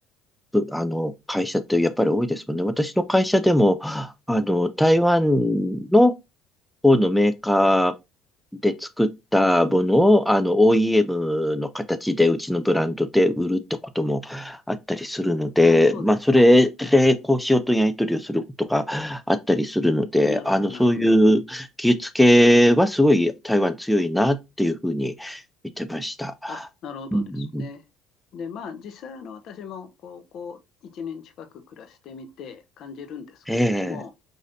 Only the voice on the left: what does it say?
ああ、そうですか。
なるほど、
なるほど。
あ、なるほどですね。
で、まあ、実際、あの、私も高校1年近く暮らしてみて感じるんですけれども、